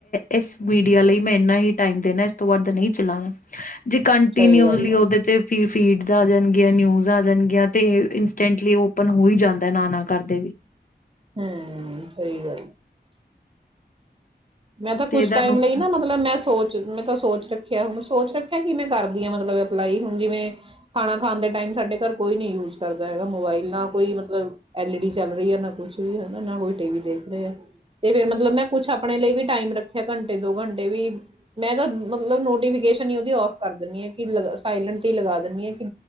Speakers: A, on the left; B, on the right.
A: ਇਸ ਮੀਡੀਆ ਲਈ ਮੈਂ ਇੰਨਾ ਹੀ ਟਾਈਮ ਦੇਣਾ ਇਸ ਤੋਂ ਬਾਅਦ ਨਹੀਂ ਚਲਾਣਾ ਜੇ ਕੰਟੀਨਿਊਸਲੀ
B: ਸਹੀ ਗੱਲ ਹੈ।
A: ਉਹਦੇ ਤੇ ਫਿਰ ਫੀਡਸ ਆ ਜਾਣਗੇ ਨਿਊਜ ਆ ਜਾਣਗੇ ਤੇ ਇੰਨਸਟਨਟਲੀ ਓਪਨ ਹੋਈ ਜਾਂਦਾ ਨਾ ਨਾ ਕਰਦੇ ਵੀ
B: ਹੂੰ ਸਹੀ ਗੱਲ ਮੈਂ ਤਾਂ
A: ਤੇ
B: ਕੁਛ
A: ਇਹਦਾ
B: ਟਾਈਮ
A: ਨੁਕ
B: ਲਈ ਨਾ ਮਤਲਬ ਮੈਂ ਸੋਚ ਮੈਂ ਤਾਂ ਸੋਚ ਰੱਖ ਕਿਆ ਹੁਣ ਸੋਚ ਰੱਖਿਆ ਕਿ ਮੈਂ ਕਰਦੀ ਹਾਂ ਮਤਲਬ ਅਪਲਾਈ ਹੁਣ ਜਿਵੇਂ ਖਾਣਾ ਖਾਣ ਦੇ ਟਾਈਮ ਸਾਡੇ ਘਰ ਕੋਈ ਨੀ ਯੂਜ ਕਰਦਾ ਹੈਗਾ ਮੋਬਾਈਲ ਨਾ ਕੋਈ ਮਤਲਬ ਐਲ ਈ ਡੀ ਚੱਲ ਰਹੀ ਹੈ ਨਾ ਕੁਛ ਵੀ ਹਨਾ ਨਾ ਕੋਈ ਟੀ ਵੀ ਦੇਖ ਰਹਾ ਆ ਤੇ ਫੇਰ ਮਤਲਬ ਮੈਂ ਕੁਛ ਆਪਣੇ ਲਈ ਵੀ ਟਾਈਮ ਰੱਖਿਆ ਘੰਟੇ ਦੋ ਘੰਟੇ ਵੀ ਮੈਂ ਤਾਂ ਮਤਲਬ ਨੋਟੀਫਿਕੇਸ਼ਨ ਹੀ ਉਹਦੀ ਔਫ ਕਰ ਦਿੰਦੀ ਆ ਕਿ ਸਾਇਲੈਂਟ ਹੀ ਲਗਾ ਦਿੰਦੀ ਆ ਕਿ